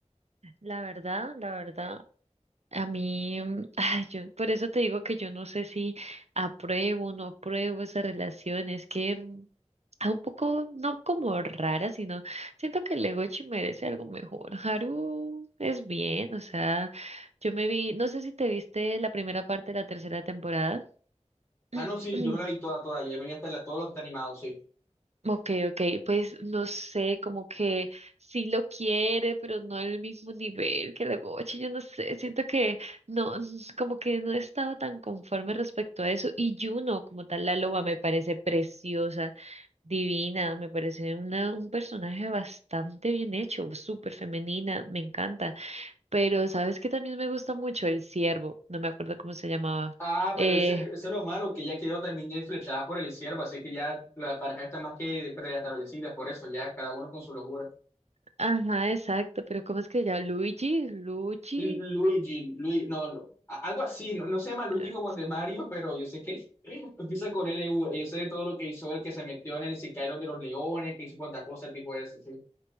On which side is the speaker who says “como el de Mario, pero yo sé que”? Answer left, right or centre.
Left